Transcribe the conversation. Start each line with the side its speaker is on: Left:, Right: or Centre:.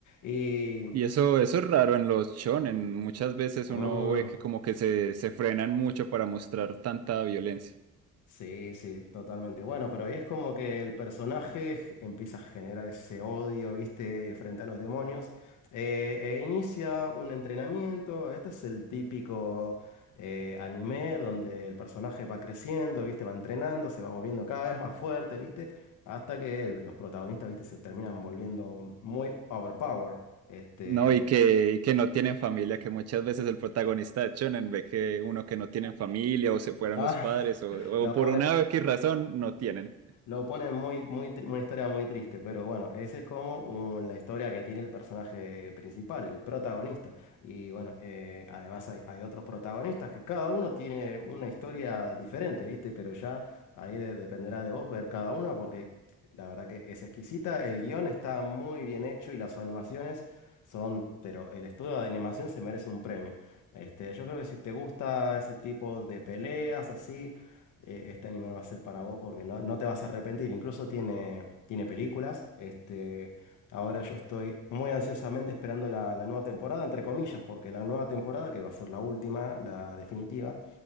Left: Y
Right: Y eso, eso es raro en los shonen. Muchas veces
Left: mm,
Right: uno ve que como que se, se frenan mucho para mostrar tanta violencia.
Left: Sí, sí, totalmente. Bueno, pero ahí es como que el personaje g- empieza a generar ese odio, ¿viste? Frente a los demonios. Eh, e inicia un entrenamiento. Este es el típico eh, anime donde el personaje va creciendo, ¿viste? Va entrenando, se va volviendo cada vez más fuerte, ¿viste? Hasta que el- los protagonistas, ¿viste? Se terminan volviendo muy overpower. Este.
Right: No, y que, y que no tienen familia, que muchas veces el protagonista de shonen ve que uno que no tienen familia o se fueron
Left: Ah,
Right: los padres o,
Left: <laughs> lo
Right: o por
Left: ponen
Right: una X razón no tienen.
Left: Lo pone muy, muy, tri- una historia muy triste, pero bueno, esa es como uh, la historia que tiene el personaje principal, el protagonista. Y bueno, eh, además hay, hay otros protagonistas que cada uno tiene una historia diferente, ¿viste? Pero ya ahí de- dependerá de vos ver cada una porque la verdad que es exquisita, el guión está muy bien hecho y las animaciones son, pero el estudio de animación se merece un premio. Este, yo creo que si te gusta ese tipo de peleas así eh, este anime va a ser para vos porque no, no te vas a arrepentir. Incluso tiene, tiene películas. Este, ahora yo estoy muy ansiosamente esperando la, la nueva temporada, entre comillas, porque la nueva temporada, que va a ser la última, la definitiva,